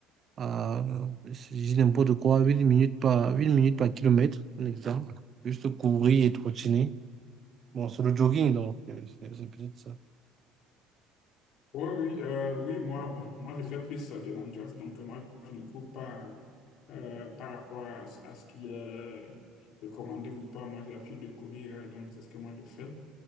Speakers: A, on the right (about 40°); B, on the left (about 65°).
A: à, je dis n'importe quoi, 8 minutes par, 8 minutes par kilomètre, un exemple. Juste courir et trottiner. Bon, c'est le jogging, donc euh, c'est c'est peut-être ça.
B: Oui, oui, euh, oui, moi, bon, moi, je fais plus euh, de l'endurance. Donc, euh, moi, je ne cours pas euh, par rapport à, ce à ce qui est recommandé ou pas. Moi, j'ai l'habitude de courir, euh, donc c'est ce que moi, je fais.